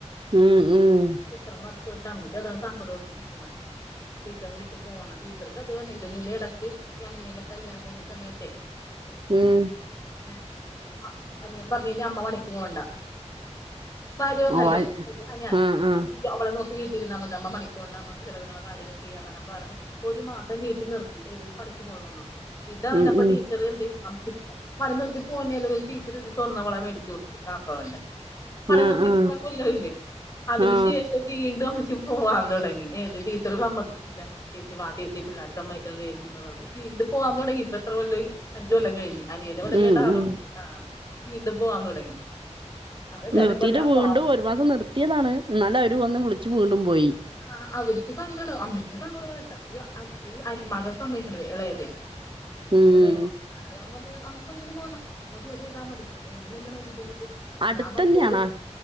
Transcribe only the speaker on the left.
ഇത്രേം വർഷമായിട്ട് അമ്മിച്ചി അതാണ് സങ്കടം ആയിട്ടിരിക്ണ. ടീച്ചറിന് വിട്ടു പോണം. ടീച്ചർക്ക് അത് തന്നെ ഇതുപോലെ ഇടക്ക് അനിയന്റെ കല്യാണം കഴിഞ്ഞ സമയത്തെ
ഏ അനിയൻ പറഞ്ഞ് ഇനി അമ്മ പണിക്ക് പോകണ്ട. ഭാര്യ വന്ന്ല്ലോ
അത് അനാ
അപ്പോ നമ്മ അവളടെ നോക്കി വീട്ടിൽ ഇരുന്നാൽ മതി. അമ്മ പണിക് പോണ്ട ചില വിനുള്ള കാര്യങ്ങൾ ചെയ്യാന് അണ് പറഞ്. ഒരു മാസം വീട്ടിൽ നിർത്തി. ഏത് പണിക്ക് പോണില്ലന്ന് അറിഞ്ഞപ്പോ. ഇത് അറിഞപ്പോടീച്ചർ
എന്തേ അമ്മിച്ചി പണിനിർത്തി പോനെന്ന് രുതി ടീച്ചർ ഒരു സ്വർണവള മേടിച്ച് കൊടുത്തു കാ പ്പവന്റ. പണി
നിർത്തി
ഇത്ര കൊല്ലോ ആയില്ലെ. അതിന്
ശേഷം വീണ്ടും അമ്മച്ചി പോവാൻ തുടങ്ങി. ഏത് ടിച്ചറ് സമ്മതിക്കണില്ല. ചേച്ചി വാ ചേച്ചി പിള്ളേര് സമ്മതിക്കുന്നില്ല ചേച്ചിന്ന് പറഞ്ഞ്, വീണ്ടും പോവാൻ തുടങ്ങി. ഇപ്പംത്ര കൊല്ലം ആയി അഞ്ച് കൊല്ലംകഴിഞ്ഞു. അനിയന്റെ കൊല്ലം
കഴിഞ് ആറ്‌
ആ വീണ്ടും പോവാൻ തുടങ്ങി. അപ്പൊ എല്ലാരും
പറഞ്ഞു അപ്പൊ
ആ അവര്ക്ക് സങ്കടം. അമ്മക്ക് സങ്കടവുമായി കേട്ടാ. ഈ ഈ മകൻ സമ്മതിക്കള്ളെ മകൻ ഇളയത്. <inaudible>
ഇളയ മകൻ അത്‌ അവൻ പറഞ്ഞു അമ്മച്ചി പണിക്ക് ഒന്നും പോവണ്ട. വീട്ടില് ഒതുങ്ങി ഇരുന്നാ മതി. ഇനി എന്താ ബുദ്ധിമുട്ട്.
ഞാൻ പണിക് പോണ്ട്.